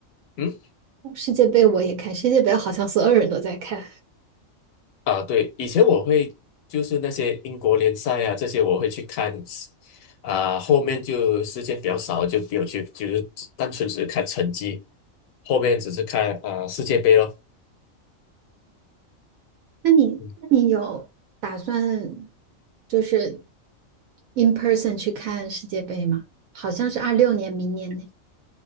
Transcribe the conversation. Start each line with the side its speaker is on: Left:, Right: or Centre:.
Left: 嗯。
Right: 世界杯我也看，世界杯好像所有人都在看。
Left: 啊，对，以前我会就是那些英国联赛啊，这些我会去看，啊，后面就时间比较少，就没有去，就是单纯只是看成绩，后面只是看啊世界杯咯。
Right: 那你那你有打算
Left: 嗯，
Right: 就是 in person 去看世界杯吗？好像是二六年，明年呢。